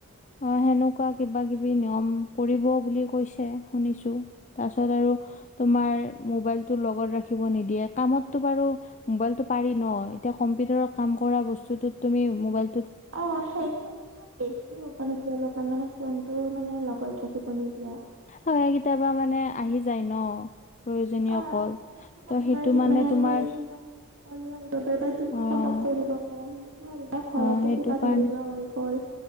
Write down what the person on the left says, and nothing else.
অঁ সেনেকুৱা কিবা কিবি নিয়ম কৰিব বুলি কৈছে শুনিছো তাৰ পাছত আৰু, তোমাৰ মোবাইলতটো লগত ৰাখিব নিদিয়ে। কামততো বাৰু মোবাইলতটো পাৰি ন এতিয়া কম্পিউটাৰত কাম কৰা বস্তুটোত তুমি মোবাইল,
হয় হয় কেতিয়াবা মানে আহি যায় ন। প্ৰয়োজনীয়
কল ত'
সেইটো মানে তোমাৰ
অ
অ সেইটো
কাৰণে